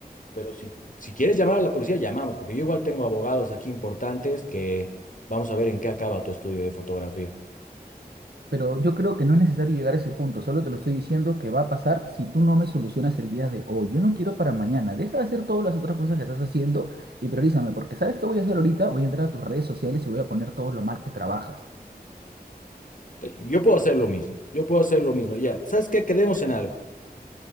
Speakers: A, on the left; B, on the right.
A: pero si, si quieres llamar a la policía, llamamos, porque yo igual tengo abogados aquí importantes que vamos a ver en qué acaba tu estudio de fotografía.
B: Pero yo creo que no es necesario llegar a ese punto, solo te lo estoy diciendo que va a pasar si tú no me solucionas el día de hoy. Yo no quiero para mañana, deja de hacer todas las otras cosas que estás haciendo y priorízame, porque ¿sabes qué voy a hacer ahorita? Voy a entrar a tus redes sociales y voy a poner todo lo mal que trabajas.
A: Te- Yo puedo hacer lo mismo, yo puedo hacer lo mismo. Ya, ¿sabes qué? Quedemos en algo.